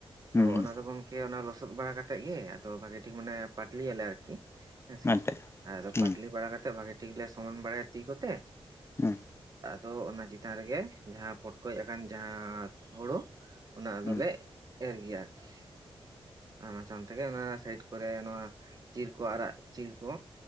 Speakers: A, on the left (about 25°); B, on the right (about 40°).
A: ᱦᱩᱸ ᱦᱩᱸ
B: ᱚᱱᱟ ᱫᱚ ᱜᱚᱢ ᱚᱱᱟ ᱞᱚᱥᱚᱫ ᱵᱟᱲᱟ ᱠᱟᱛᱮᱜ ᱜᱮ ᱟᱫᱚ ᱵᱷᱟᱜᱮ ᱴᱷᱤᱠ ᱢᱟᱱᱮ ᱯᱟᱴᱞᱤ ᱭᱟᱞᱮ ᱟᱨᱠᱤ᱾ ᱦᱮᱸᱥᱮ
A: ᱟᱪᱪᱷᱟ ᱟᱪᱪᱷᱟ
B: ᱟᱫᱚ
A: ᱦᱩᱸ
B: ᱯᱟᱴᱞᱤ ᱵᱟᱲᱟ ᱠᱟᱛᱮ ᱵᱷᱟᱜᱮ ᱴᱷᱤᱠ ᱞᱮ ᱥᱚᱢᱟᱱ ᱵᱟᱲᱟᱭ ᱛᱤ ᱠᱚᱛᱮ᱾
A: ᱦᱩᱸ
B: ᱛᱚ ᱚᱱᱟ ᱪᱮᱛᱟᱱ ᱨᱮᱜᱮ ᱡᱟᱦᱟᱸ ᱯᱚᱴᱠᱚᱡ ᱟᱠᱟᱱ ᱡᱟᱦᱟᱸ ᱦᱳᱲᱳ ᱚᱱᱟ ᱟᱫᱚᱞᱮ᱾
A: ᱦᱩᱸ
B: ᱮᱨ ᱜᱮᱭᱟ ᱟᱨᱠᱤ ᱟᱨ ᱚᱱᱟ ᱥᱟᱝ ᱛᱮᱜᱮ ᱚᱱᱟ ᱥᱟᱭᱤᱴ ᱠᱚᱨᱮ ᱱᱚᱣᱟ ᱪᱤᱨ ᱠᱚ ᱟᱨᱟᱜ ᱪᱤᱨ ᱠᱚ